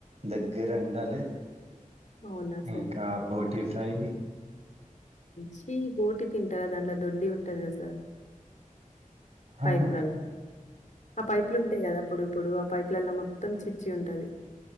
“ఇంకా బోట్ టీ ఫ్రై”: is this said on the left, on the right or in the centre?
Right